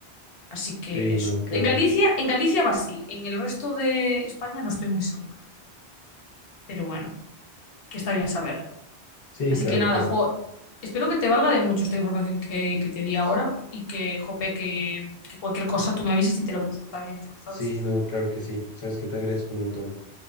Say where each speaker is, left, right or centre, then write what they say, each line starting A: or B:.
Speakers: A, on the left; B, on the left.
A: Así que
B: Sí,
A: eso.
B: no, claro.
A: En Galicia, en Galicia va así. En el resto de España no estoy muy segura. Pero bueno, que está bien saberlo.
B: Sí,
A: Así
B: claro,
A: que nada,
B: claro.
A: jo, espero que te valga de mucho esta información que, que te di
B: S-
A: ahora y que, jope, que, que cualquier cosa tú me avisas y te lo busco también yo, ¿sabes?
B: Sí, no, claro que sí. Sabes que te agradezco un montón